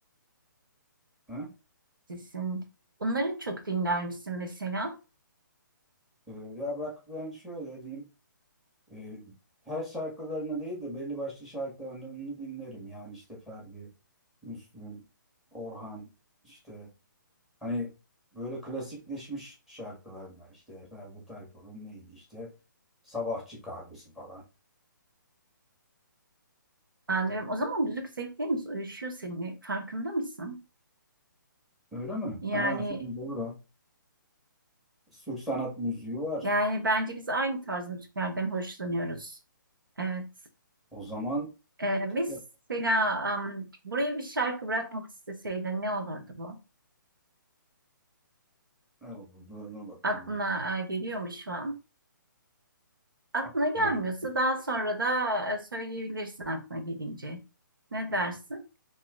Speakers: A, in the centre; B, on the right.
A: Ha?
B: müzisyen onları çok dinler misin mesela?
A: Ee, ya bak ben şöyle diyeyim. Ee, her şarkılarını değil de belli başlı şarkılarını dinlerim. Yani işte Ferdi, Müslüm, Orhan işte hani böyle klasikleşmiş şarkılarına işte Ferdi Tayfur'un neydi işte Sabahçı Kahvesi falan.
B: Anlıyorum. O zaman müzik zevklerimiz uyuşuyor seninle. Farkında mısın?
A: Öyle mi?
B: Yani
A: Ha, şimdi doğru. Türk sanat müziği var.
B: yani bence biz aynı tarz müziklerden hoşlanıyoruz. Evet.
A: O zaman
B: Ee, mesela
A: dur
B: am, buraya bir şarkı bırakmak isteseydin ne olurdu bu?
A: bakayım.
B: Aklına e, geliyor mu şu an? Aklına
A: Aklıma-
B: gelmiyorsa daha sonra da e, söyleyebilirsin aklına gelince. Ne dersin?